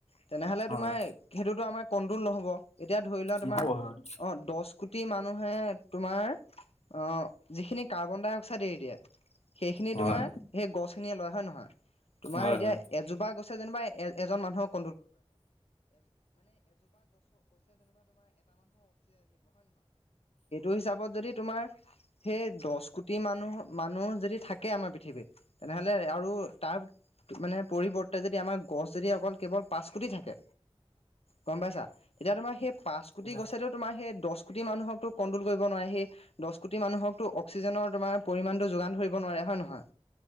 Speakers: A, on the left; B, on the left.
A: তেনেহ'লে
B: হয় হয়
A: তোমাৰ
B: হয়
A: সেইটোতো আমাৰ কণ্ট্ৰল নহ'ব এতিয়া ধৰি লোৱা তোমাৰ
B: নহ'ব হয়
A: অ দহ কোটি মান মানে তোমাৰ অ যিখিনি কাৰ্বন ডাই অক্সাইড এৰি দিয়া সেইখিনি
B: হয়
A: তোমাৰ গছ খিনিয়ে লয় হয় নহয় তোমাৰ
B: হয়
A: এতিয়া
B: হয়
A: এজোপা গছে যেনিবা এজন মানুহক <unintelligible> ি য ত দহ কোটি মানুহ মানুহ যদি থাকে আমাৰ পৃথিৱীত তেনেহ'লে আৰু তাৰ মানে পৰিৱৰ্তে যদি আমাৰ গছ যদি অকল কেৱল পাঁচ কোটি থাকে গম পাইছা তেতিয়া তোমাৰ সেই পাঁচ কোটি
B: এয়া
A: গছে তোমাৰ সেই দহ কোটি মানুহকো কণ্ট্ৰল কৰিব নোৱাৰে সেই দহ কোটি মানুহকতো অক্সিজেনৰ তোমাৰ পৰিমাণটো যোগান ধৰিব নোৱাৰে হয় নহয়